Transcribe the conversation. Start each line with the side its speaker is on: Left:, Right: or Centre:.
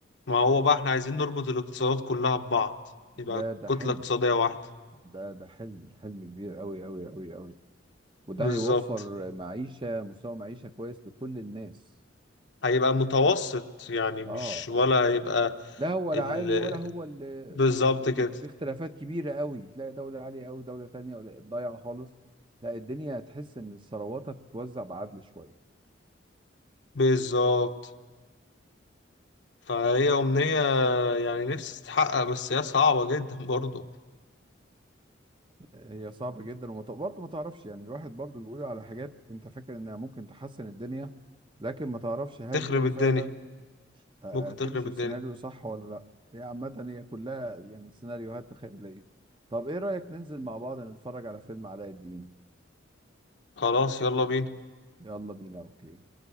Left: ما هو بقى احنا عايزين نربط الاقتصادات كلها ببعض
Right: ده
Left: يبقى
Right: ده
Left: كتله
Right: حلم
Left: اقتصاديه واحده
Right: ده ده حلم حلم كبير قوي قوي قوي قوي وده
Left: بالظبط
Right: هيوفر معيشة مستوى معيشة كويس لكل الناس
Left: هيبقى متوسط
Right: آه
Left: يعني مش
Right: آه.
Left: ولا هيبقى
Right: لا هو لا
Left: ال...
Right: عالي ولا هو ال-
Left: بالظبط كده
Right: باختلافات كبيرة قوي تلاقي دولة عالية قوي دولة تانية ولا ضايعة خالص لا الدنيا تحس ان الثروات هتتوزع بعدل شوية
Left: بالظبط فهي أمنية يعني نفسي تتحقق بس هي صعبة جدا برضو
Right: هي صعبة جدا وبرضه ما تعرفش يعني الواحد برضه بيقول على حاجات انت فاكر انها ممكن تحسن الدنيا لكن ما تعرفش هل
Left: تخرب
Right: هي
Left: الدنيا
Right: فعلا هتمشي
Left: ممكن تخرب الدنيا
Right: في سيناريو صح ولا لا هي عامة هي كلها يعني سيناريوهات خيالية طب ايه رأيك ننزل مع بعض نتفرج على فيلم علاء الدين
Left: خلاص يلا بينا
Right: يلا بينا اوكي